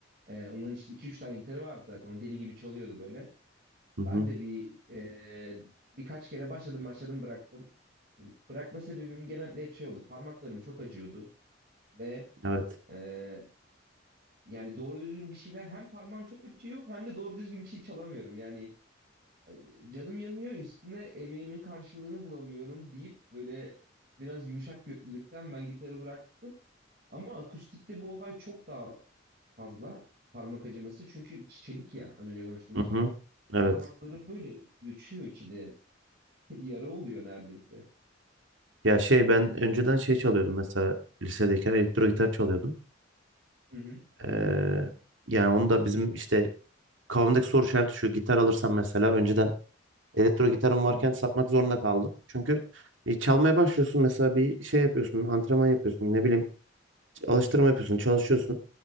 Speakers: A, on the right; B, on the right.
A: E, onun işte iki üç tane gitarı vardı zaten. O deli gibi çalıyordu böyle.
B: Hı hı.
A: Ben de bir e, birkaç kere başladım başladım bıraktım. E, Bırakma sebebim genelde hep şey oldu. Parmaklarım çok acıyordu ve
B: Evet.
A: e, yani doğru düzgün bir şeyler hem parmağım çok acıyor hem de doğru düzgün bir şey çalamıyorum. Yani Ay, Canım yanıyor üstüne emeğimin karşılığını bulamıyorum deyip böyle biraz yumuşak götlülükten ben gitarı bıraktım. Ama akustikte bu olay çok daha fazla parmak acıması çünkü çelik ya az önce konuştuğumuz
B: Hı
A: gibi.
B: hı. Evet.
A: Parmaklarım böyle göçüyor içinde <laughs> yara oluyor neredeyse.
B: Ya şey ben önceden şey çalıyordum mesela lisedeyken elektro gitar çalıyordum.
A: Hı hı,
B: Ee, yani onu da bizim işte kafamdaki soru işareti şu gitar alırsam mesela önceden elektro gitarım varken
A: hı hı,
B: satmak zorunda kaldım. Çünkü e, çalmaya başlıyorsun mesela bir şey yapıyorsun antrenman yapıyorsun ne bileyim alıştırma yapıyorsun çalışıyorsun.